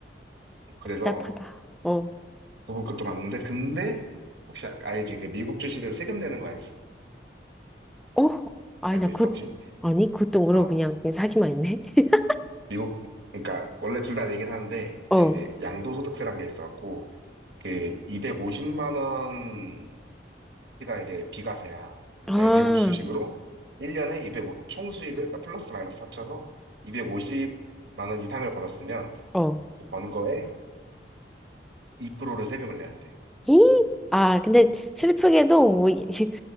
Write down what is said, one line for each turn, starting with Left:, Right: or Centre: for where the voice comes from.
Right: 그래서
Centre: 답답하다. 어,
Right: 그것도 많은데 근데 혹시 아- 알지? 그 미국 주식은 세금 내는 거 알지?
Centre: 어? 아니,
Right: 알고
Centre: 나 곧,
Right: 있어 혹시?
Centre: 아니, 곧동으로
Right: 어
Centre: 그냥, 그냥 사기만 했네. <laughs>
Right: 미국 그러니까 원래 둘 다 내긴 하는데 근데
Centre: 어,
Right: 이제 양도소득세라는 게 있어갖고 그 250만 원까지가 이제 비과세야. 근데
Centre: 아,
Right: 내가 미국 주식으로 1년에 2 0 총수익을, 그러니까 플러스 마이너스 합쳐서 250만 원 이상을 벌었으면
Centre: 어,
Right: 번 거에 22%를 세금을 내야 돼.
Centre: 이? 아, 근데 슬프게도 뭐, 이- <laughs>